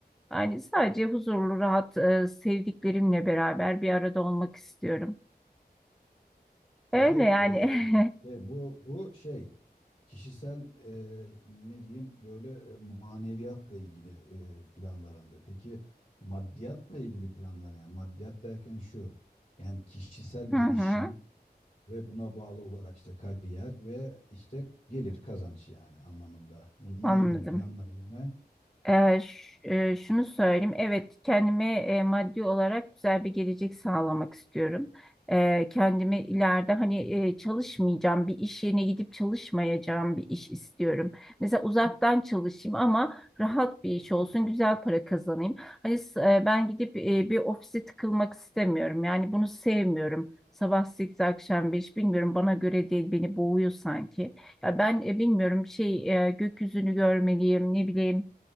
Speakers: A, in the centre; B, on the left.
A: Yani sadece huzurlu, rahat, e, sevdiklerimle beraber bir arada olmak istiyorum.
B: Peki
A: Öyle yani.
B: e, şey, bu bu şey kişisel e, ne diyeyim böyle e, maneviyatla ilgili e, planlarında. Peki maddiyatla ilgili planlar yani maddiyat derken şu yani kişisel
A: <laughs> Hı
B: gelişim
A: hı.
B: ve buna bağlı olarak işte kariyer ve işte gelir kazanç yani anlamında. Bununla
A: Anladım.
B: ilgili planların ne?
A: Ee, ş- e, şunu söyleyeyim. Evet, kendime e, maddi olarak güzel bir gelecek sağlamak istiyorum. Ee, kendimi ileride hani e, çalışmayacağım, bir iş yerine gidip çalışmayacağım bir iş istiyorum. Mesela uzaktan çalışayım ama rahat bir iş olsun, güzel para kazanayım. Hani s- e, ben gidip e, bir ofise tıkılmak istemiyorum. Yani bunu sevmiyorum. Sabah sekiz akşam beş bilmiyorum bana göre değil beni boğuyor sanki. Ya ben e, bilmiyorum şey e, gökyüzünü görmeliyim ne bileyim